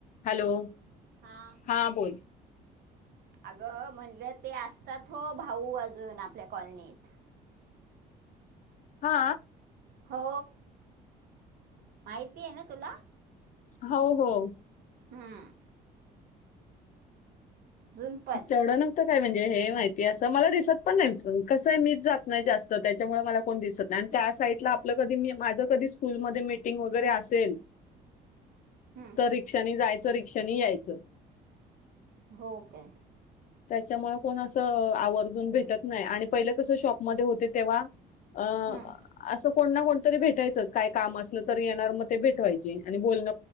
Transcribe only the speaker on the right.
हां
अगं म्हटलं ते असतात हो भाऊ अजून आपल्या कॉलनीत
हो माहिती आहे ना तुला
हम्म झुूनपल
हम्म
हो काय
हम्म